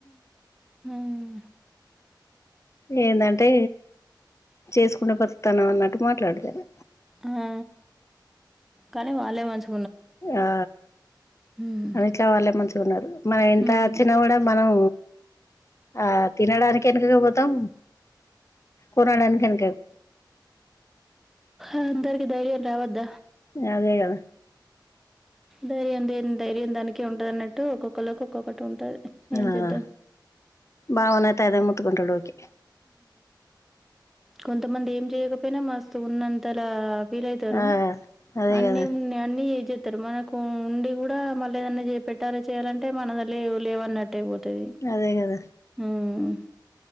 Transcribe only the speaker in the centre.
ఉమ్
ఆ కానీ వాళ్లే మంచ్
హ్మ్
హ్మ్.
అందరికి ధైర్య రావద్ద
ధైర్యం దెన్ ధైర్యం దానికి ఉంటదన్నట్టు ఒక్కొక్క లకు ఒక్కొక్క ఉంటాది ఏం
చేద్దాం.
ఆ
కొంతమంది ఏం చేయకపోయినా మస్తు ఉన్నంతలా ఫీల్ అయితరూ
అన్నీ
ఉన్ అన్నీ చెప్ తరు మనకూ ఉండి కూడా మళ్ళ ఏదన్నా చే పెట్టాలా చేయాలంటే మన లేవు లేవన్నట్ ట్టే పోతది.
ఉమ్